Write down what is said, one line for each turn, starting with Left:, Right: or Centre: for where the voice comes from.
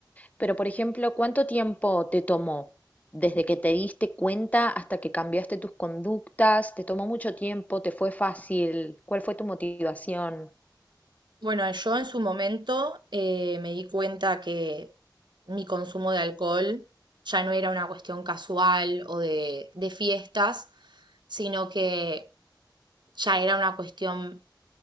Left: Pero, por ejemplo, ¿cuánto tiempo te tomó desde que te diste cuenta hasta que cambiaste tus conductas? ¿Te tomó mucho tiempo? ¿Te fue fácil? ¿Cuál fue tu motivación?
Right: Bueno, yo en su momento eh, me di cuenta que mi consumo de alcohol ya no era una cuestión casual o de, de fiestas, sino que ya era una cuestión